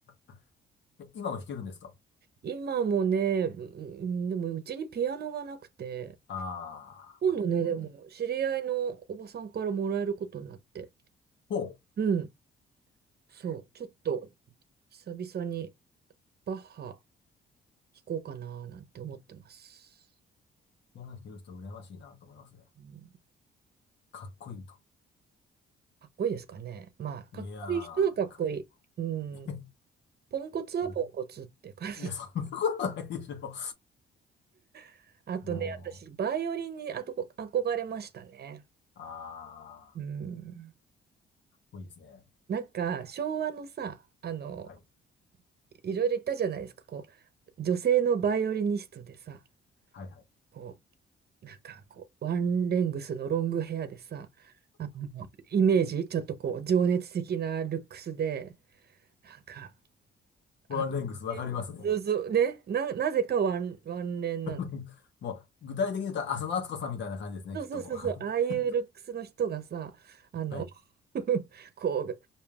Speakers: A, on the left (about 65°); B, on the right (about 55°).
A: あ <laughs> え、今も弾けるんですか
B: 今もね、うんでもうちにピアノがなくて、
A: あ
B: 今度ね、
A: あー、まあ、ピアノね。
B: でも、知り合いのおばさんからもらえることになって。
A: ほう。
B: うん。そう。ちょっと、久々にバッハ弾こうかななんて思ってます。
A: ピアノ弾ける人羨ましいなと思いますね。
B: うん
A: かっこいいと。
B: かっこいいですかね。まあ、かっこいい人はかっこいい。
A: いやー、かっ
B: うん。
A: けえ。
B: ポンコツはポンコツって感じ。
A: うんいや、そんなことないでしょ。
B: <laughs>
A: <laughs>
B: あとね、
A: も
B: 私、バイオリンにあとこ憧れましたね。
A: う、ああ、かっ
B: うん。
A: こいいですね。
B: なんか、昭和のさ、あの、
A: はい。
B: いろいろ言ったじゃないですか、こう、女性のバイオリニストでさ、
A: はいはい。
B: こなんかこう、ワンレングスのロングヘアでさ、あの、<laughs> イメージ、ちょっとこう、情熱的なルックスで、なんか、あ、
A: ワンレングスわかりますね。
B: そうそう、ね、な、なぜかワン、ワンレンなの。
A: <laughs> もう、具体的に言うと浅野温子さんみたいな感じですね、
B: そうそうそうそう、
A: きっともう。
B: ああいうルックスの人がさ、
A: <laughs>
B: あの、
A: はい。
B: <laughs> こう、